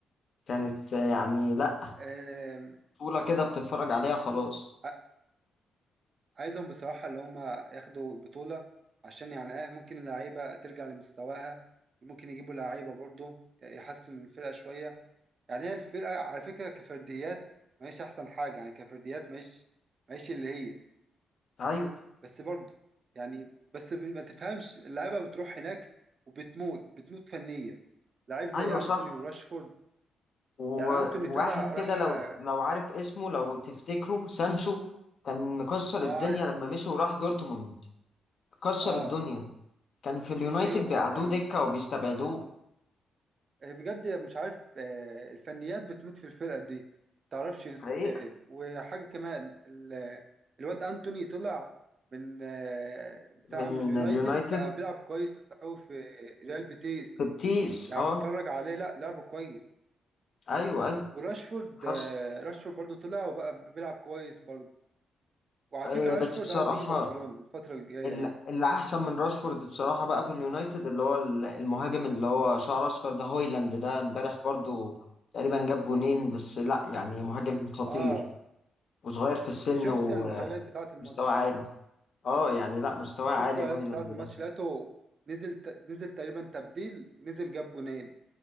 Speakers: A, on the left; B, on the right.
A: كانت يعني لا
B: آم،
A: بطوله كده بتتفرج عليها خلاص
B: ع- عايزهم بصراحه اللي هم ياخدوا البطوله عشان يعني اه ممكن اللعيبه ترجع لمستواها ممكن يجيبوا لعيبه برضه يحسنوا من الفرقه شويه يعني هي الفرقة على فكرة كفرديات ماهيش أحسن حاجة يعني كفرديات ماهيش ماهيش اللي هي
A: ايوه
B: بس برضه يعني بس ب- ما تفهمش اللعيبة بتروح هناك وبتموت بتموت فنيا لعيب زي
A: ايوه صح
B: أنتوني وراشفورد
A: وواحد
B: يعني أنتوني طلع راح
A: كده لو
B: آه
A: لو عارف اسمه لو تفتكره سانشو كان مكسر
B: آه،
A: الدنيا
B: عارف
A: لما مشي وراح دورتموند كسر
B: آه
A: الدنيا كان في اليونايتد
B: أيوه بجد
A: بيقعدوه
B: يعني
A: دكة وبيستبعدوه
B: آه، بجد مش عارف آه، الفنيات بتموت في الفرقة دي متعرفش
A: حقيقة
B: ليه وحاجة كمان ال- الواد أنتوني طلع من آه، بتاع
A: من
B: من اليونايتد
A: اليونايتد
B: بقى بيلعب كويس أوي في ريال بيتيس
A: في بتيس
B: يعني
A: اه
B: بتفرج عليه لا لعبه كويس
A: ايوه ايوه
B: وراشفورد
A: حصل
B: آه، راشفورد برضو طلع وبقى بيلعب كويس برضو وعلى
A: آه،
B: فكرة راشفورد
A: بس بصراحة
B: عايز يجي برشلونة الفترة الجاية
A: ال-
B: يعني
A: اللي احسن من راشفورد بصراحة بقى في اليونايتد اللي هو ال- المهاجم اللي هو شعره اصفر ده هويلاند ده امبارح برضو تقريبا جاب جونين بس لا يعني مهاجم خطير
B: اه
A: وصغير في السن
B: شفت
A: ومستوى
B: الهايلايت بتاعة الماتش
A: عالي اه يعني لا مستوى
B: شفت
A: عالي
B: الاعلانات
A: هويلاند
B: بتاعة
A: ده
B: الماتش لقيته نزل ت... نزل تقريبا تبديل نزل جاب جونين